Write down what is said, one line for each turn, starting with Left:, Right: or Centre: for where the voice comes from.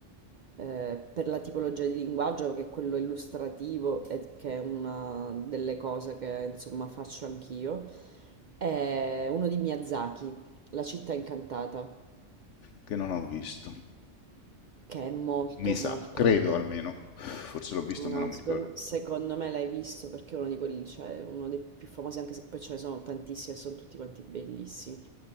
Right: eh, per la tipologia di linguaggio che è quello illustrativo e che è una delle cose che insomma faccio anch'io. È uno di Miyazaki, La città incantata,
Left: che non ho visto.
Right: che è molto
Left: Mi sa,
Right: molto
Left: credo
Right: molto
Left: almeno. Forse l'ho visto,
Right: No,
Left: ma non mi
Right: secon-
Left: ricordo.
Right: secondo, me l'hai visto perché è uno di quelli, cioè uno dei più famosi, anche se poi ce ne sono tantissimi e sono tutti quanti bellissimi.